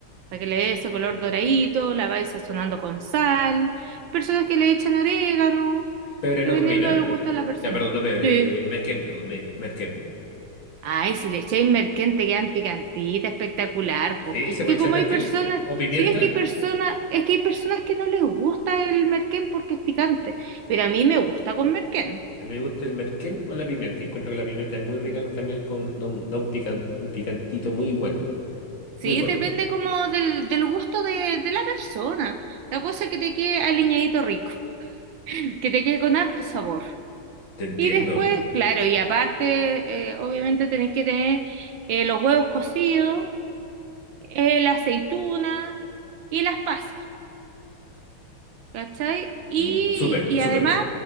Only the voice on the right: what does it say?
para que le dé ese color doradito, la vais sazonando con sal. Hay personas que le echan orégano,
dependiendo
del gusto de la persona.
Sí.
Ay, si le echáis merquén te quedan picantitas, espectacular,
pues.
Que
como
hay personas,
sí es que hay personas, es que hay personas que no les gusta el merquén porque es picante, pero a mí me gusta con merquén.
Sí,
depende como del, del gusto de, de la persona. La cosa es que te quede aliñadito rico, que te quede con harto sabor.
Y después, claro, y aparte, eh, obviamente tenéis que tener eh, los huevos cocidos, eh, la aceituna y las pasas, ¿cachai? Y,
y
además,